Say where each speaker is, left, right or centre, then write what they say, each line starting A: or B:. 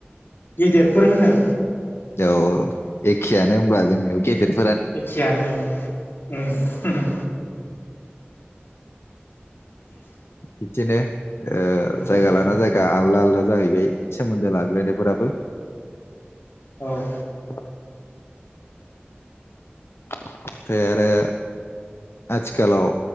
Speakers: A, on the left; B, on the left.
A: गिदिरफोर होनो।
B: औ एखेयानो होमबा जोंनियाव गेदेरफ
A: एखेयानो औ उम। <inaudible>
B: बिदिनो ओ
A: उम
B: जायगा लाना जायगा आलादा जाहैबाय सोमोन्दो लाज्लायनायफोराबो ।
A: औ
B: <inaudible> ओमफ्राय आरो आथिखालाव